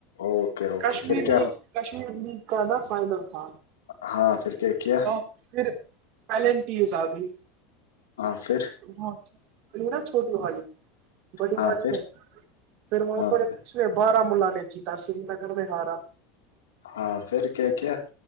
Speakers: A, on the left; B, on the right.
A: اوکے اوکے
B: کشمیر
A: پھر کیا
B: لیگ کشمیر لیگ کا نا فائنل تھا
A: ہاں پھر کیا کیا
B: تو پھر پلنٹیز آبھی
A: ہاں پھر
B: وہاں نا چھوٹی والی بڑی
A: ہاں
B: والی
A: پھر
B: میں پھر وہاں
A: ہاں
B: پر
A: پھر
B: اس نے بارامولہ نے سری نگر ہارا
A: ہاں پھر کیا کیا